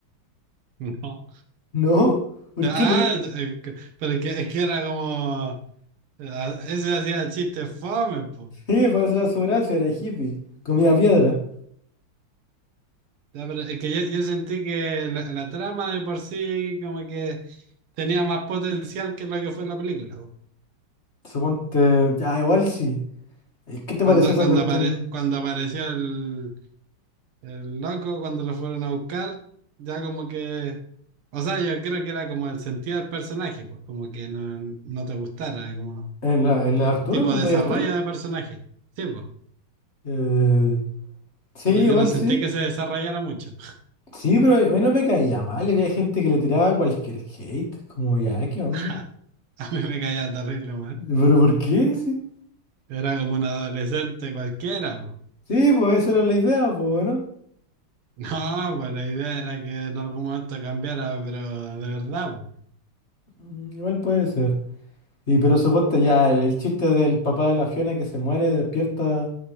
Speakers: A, on the right; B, on the left.
A: No.
B: ¿No? ¿Por
A: Ah,
B: qué no? <laughs>
A: eh, que- pero es que, es que era como... Ah, Ese hacía el chiste fome, po.
B: Sí, para hacer su gracia, era hippie. Comía piedra.
A: Ya, pero es que yo, yo sentí que la, la trama de por sí como que tenía más potencial que lo que fue la película, po.
B: Suponte. Ya, igual sí. Eh, ¿Qué te
A: Cuando,
B: pareció esa
A: cuando,
B: cuestión?
A: apare- cuando apareció el, el loco, cuando lo fueron a buscar, ya como que... O sea, yo creo que era como el sentido del personaje, pues como que no, no te gustara, eh, como
B: ¿El, el
A: un
B: Arturo?
A: tipo
B: ¿El
A: de
B: rey
A: desarrollo
B: Arturo?
A: de personaje. Sí, pues.
B: Eh, sí,
A: Pero
B: igual
A: yo no sentí
B: sí.
A: que se desarrollara mucho.
B: Sí, pero a mí no me caía mal. Había gente que le tiraba cualquier hate. Como, ya, ¿qué onda?
A: <laughs> A mí me caía terrible,
B: ¿Pero por qué? Sí.
A: Era como un adolescente cualquiera, po. <laughs>
B: Sí, pues esa era la idea, pues, ¿no?
A: No, pues la idea era que en algún momento cambiara, pero de verdad, po.
B: Mm, Igual puede ser. Y pero suponte ya el, el chiste del papá de la Fiona que se muere, despierta